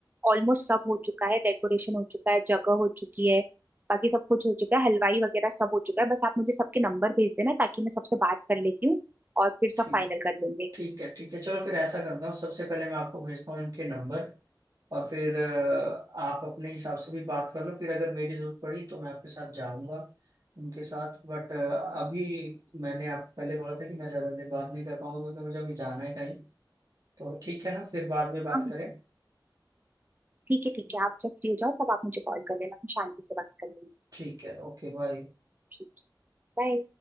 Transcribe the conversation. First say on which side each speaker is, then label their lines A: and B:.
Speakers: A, on the right; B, on the right.
A: ऑलमोस्ट सब हो चुका है डेकोरेशन हो चुका है जगह हो चुकी है बाकी सब कुछ हो चुका है हलवाई वगैरह सब हो चुका है बस आप मुझे सबके नंबर भेज देना ताकि मैं सबसे बात कर लेती हूँ और फिर
B: ठीक
A: सब फाइनल कर लेंगे
B: ठीक है ठीक है चलो फिर ऐसा करता हूँ सबसे पहले मैं आपको भेजता हूँ इनके नंबर और फिर अ, आप अपने हिसाब से भी बात कर लो फिर अगर मेरी जरूरत पड़ी तो मैं आपके साथ जाऊंगा उनके साथ बट अभी मैंने आपको पहले बोला था कि मैं ज़्यादा देर बात नहीं कर पाऊंगा क्योंकि मुझे अभी जाना है कहीं तो ठीक है ना फिर बाद में बात
A: हाँ
B: करें
A: ठीक है ठीक है आप जब फ्री हो जाओ तब आप मुझे कॉल कर लेना हम शांति से बात कर लेंगे
B: ठीक है ओके बाय
A: ठीक है बाय